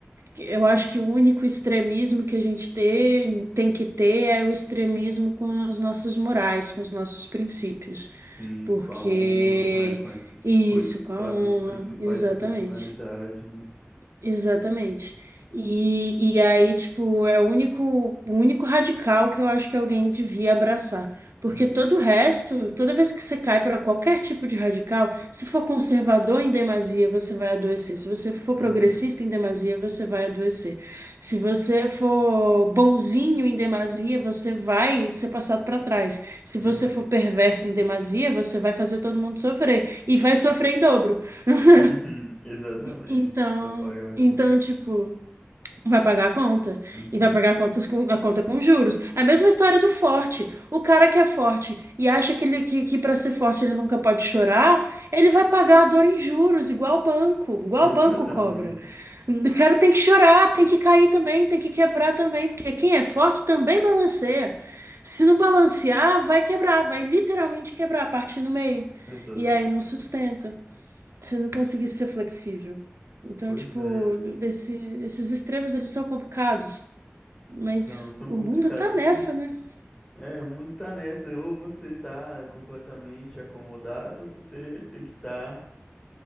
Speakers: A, on the right; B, on the left.
A: Eu acho que o único extremismo que a gente ter, tem que ter é o extremismo com as nossas morais, com os nossos princípios.
B: sim,
A: Porque
B: com a honra, com, a- com essas
A: isso,
B: coisas,
A: com
B: traços
A: a honra,
B: principais
A: exatamente.
B: de personalidade, né?
A: Exatamente. E, e aí, tipo, é o único, o único radical que eu acho que alguém devia abraçar. Porque
B: Uhum,
A: todo o resto, toda vez que você cai para qualquer tipo de radical, se for conservador em demasia, você vai adoecer. Se você for
B: uhum.
A: progressista em demasia, você vai adoecer. Se você for bonzinho em demasia, você vai ser passado para trás. Se
B: Uhum.
A: você for perverso em demasia, você vai fazer todo mundo sofrer. E vai sofrer em dobro. <laughs>
B: Uhum. Exatamente.
A: Então.
B: Vai pagar a conta.
A: Então, tipo, vai pagar a conta.
B: Uhum.
A: E vai pagar contas com, a conta com juros. É a mesma história do forte. O cara que é forte e acha que, ele, que, que para ser forte ele nunca pode chorar, ele vai pagar a dor em juros, igual o banco, igual
B: <laughs> Exatamente.
A: o banco cobra. O cara tem que chorar, tem que cair também, tem que quebrar também, porque quem é forte também balanceia. Se não balancear, vai quebrar, vai literalmente quebrar, partir no meio.
B: Exatamente.
A: E aí não sustenta você não conseguir ser flexível. Então,
B: Pois
A: tipo,
B: é.
A: esse- esses extremos, eles são complicados, mas
B: São, são
A: o
B: complicados,
A: mundo tá nessa,
B: mas
A: né?
B: é, o mundo tá nessa. Ou você tá completamente acomodado, ou você tem que estar